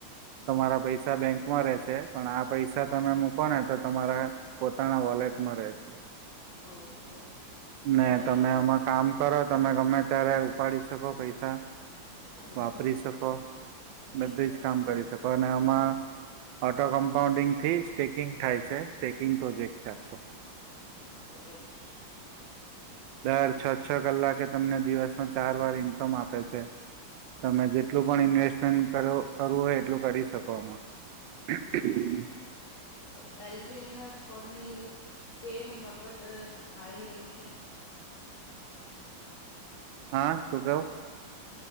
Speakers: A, on the right; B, on the left.
A: તમારા પૈસા બેંકમાં રહેશે પણ આ પૈસા તમે મૂકો ને તો તમારા પોતાના વોલેટમાં રે છે
B: ઓહો
A: ના
B: વોલેટમાં
A: તમે અમાં કામ કરો તમે ગમે ત્યારે ઉપાડી શકો પૈસા
B: હમ
A: વાપરી શકો
B: ઠીક
A: બધું
B: છે
A: જ કામ કરી શકો અને અમાં કમ્પાઉન્ડિંગથી સ્ટેકિંગ થાય છે સ્ટેકિંગ પ્રોજેક્ટ છે આખો
B: <unintelligible>
A: દર છ છ કલાકે તમને દિવસમાં ચાર વાર ઇન્કમ આપે છે તમે જેટલું પણ ઇન્વેસ્ટમેન્ટ કર કરવું હોય એટલું કરી શકો આમાં <inaudible>
B: હમ તો એલજીનએસ કોને કેમ વગત થાઈ રહી છે
A: હા શું કવ